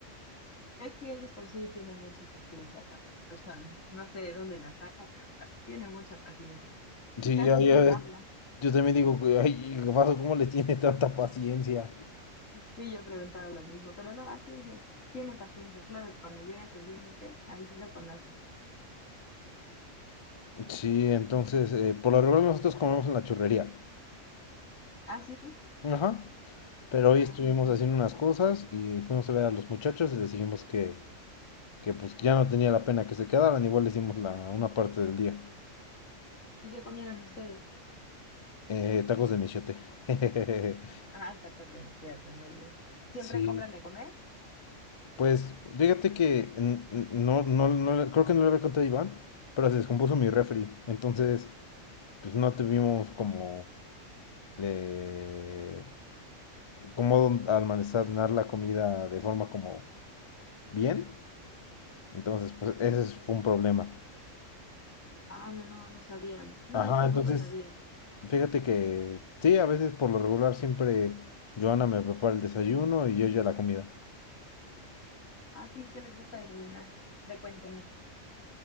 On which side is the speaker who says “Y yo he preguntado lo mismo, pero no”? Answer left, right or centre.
Left